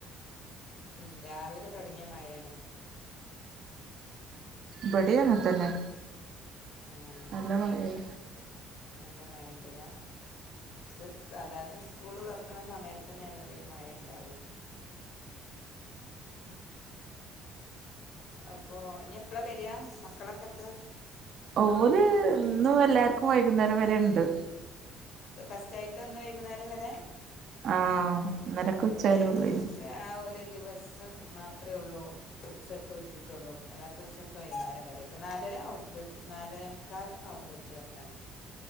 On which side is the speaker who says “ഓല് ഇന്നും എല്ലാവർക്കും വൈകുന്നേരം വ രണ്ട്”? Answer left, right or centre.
Right